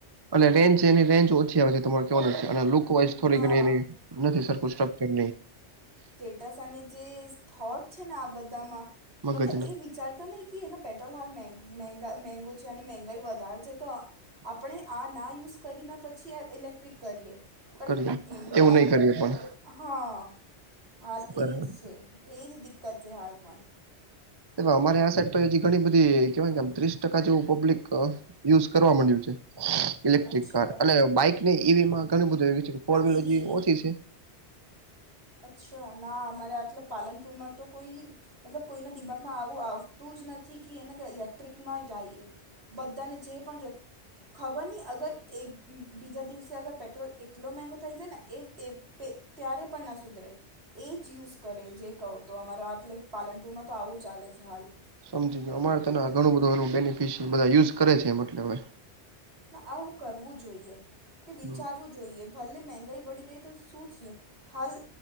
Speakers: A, on the right; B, on the right.
A: એટલે રેન્ છે એની રેન્જ ઓછી આવે છે તમારે કેવાનું છે અને થોડી
B: હા
A: ઘ એ નથી સરું સ્ટચર
B: ટસાને જે થોટ છે ને આ બધામાં
A: મગજ
B: મતલબ એ વિચારતા નહીં કે એના પેટ્રોલ હાલા મગું છે અને મંગાઈ વધારે છે તો આપણે આ ના યુઝ કરીને પછી ઇલેક્ટ્રિક કરીએ પણ
A: કરીએ
B: એમના
A: એવું નહી કરીએ પણ
B: હા હાલ
A: બરાબર
B: એજ છે એજ દિક્કત છે હાલ પણ
A: અમારે આ સેટ્ટ હજી ઘણી બધી કેવાય કેમ ત્રીસ ટકા જેવું પબ્લિક. યુઝ કરવા માંડ્યું છે. ઇલેક્ટ્રિક
B: અચ્છા
A: કાર અને બાઈક ને ઈવીમાં ઘણું બધું છે કે ફોર
B: હા
A: વ્હીલર
B: ઈવી ઈવી
A: ઓછી છે.
B: અચ્છા ના અમારે આટલે પાલનપુરમાં તો કોઈ. મતલબ કોઈના દિમાગમાં આવું આવતું જ નથી કે એને ઇલેક્ટ્રિકમાં જઈએ બધાને જે પણ જો ખબર નહીં અગર એ બીજા દિવસે અગર પેટ્રોલ એટલો મગો થાય છે ને એ તે પ ત્યારે પણ ના સુધરે એ જ યુઝ કરે જે કહું તો અમારા આટલે પાલનપુરમાં તો આવું ચાલે છે હાલ
A: સમજી ગયો અમારે તને ઘણું બધું એ બેનિફિશિયલ બધા યુઝ કરે છે એ મટલે હવે
B: આવું કરવું જોઈએ કે વિચારવું
A: હમ
B: જોઈએ ભલે મંગાઈ બડીી ગઈ તો શું થયું હાલ